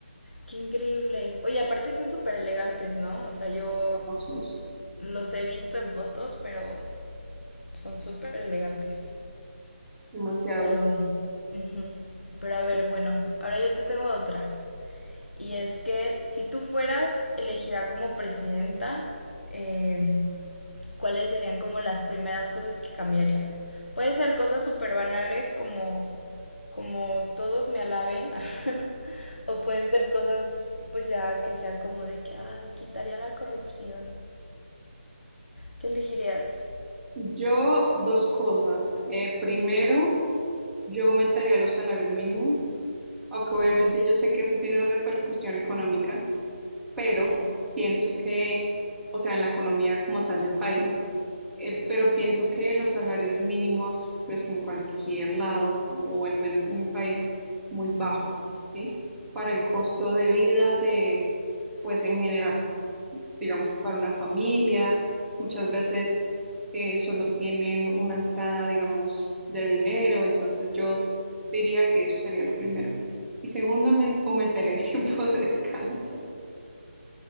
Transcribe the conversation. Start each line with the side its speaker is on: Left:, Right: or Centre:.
Left: Qué increíble. Oye, aparte son súper elegantes, ¿no? O sea, yo
Centre: Hermosos,
Left: Los he visto en fotos, pero son súper elegantes.
Centre: demasiado.
Left: Pero, ujú. Pero a ver, bueno, ahora yo te tengo otra. Y es que si tú fueras elegida como presidenta, eh, ¿cuáles serían como las primeras cosas que cambiarías? Puede ser cosas súper banales como, como todos me alaben, <laughs> o pueden ser cosas pues ya que sea como de que, ay, quitaría la corrupción. ¿Qué elegirías?
Centre: Yo, dos cosas. Eh, primero, yo aumentaría los salarios mínimos, aunque obviamente
Left: Ujú,
Centre: yo sé que eso tiene repercusión económica. pero
Left: Sí.
Centre: pienso que, o sea, en la economía como tal del país, eh, pero pienso que los salarios mínimos, pues en cualquier lado, o al menos en mi país, es muy bajo, ¿sí? Para el costo de vida de, pues en general, digamos que para una familia, muchas veces eh, solo tienen una entrada, digamos, de dinero, entonces yo diría que eso sería lo primero. Y segundo, aumen- aumentaría el <laughs> tiempo de descanso.